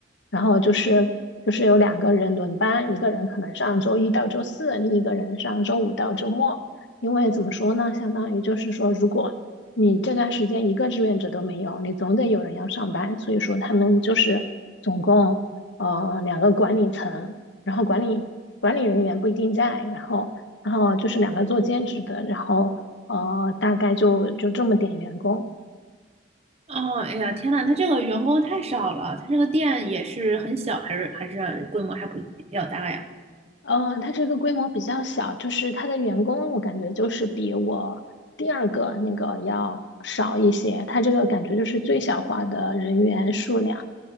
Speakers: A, on the left; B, on the right.
A: 然后就是就是有两个人轮班，一个人可能上周一到周四，另一个人上周五到周末。因为怎么说呢，相当于就是说，如果你这段时间一个志愿者都没有，你总得有人要上班，所以说他们就是总共呃两个管理层，然后管理管理人员不一定在，然后然后就是两个做兼职的，然后呃大概就就这么点员工。
B: 哦，哎呀，天呐，他这个员工太少了，他这个店也是很小，还是还是规模还不比较大呀？
A: 嗯，呃它这个规模比较小，就是它的员工，我感觉就是比我第二个那个要少一些。它这个感觉就是最小化的人员数量。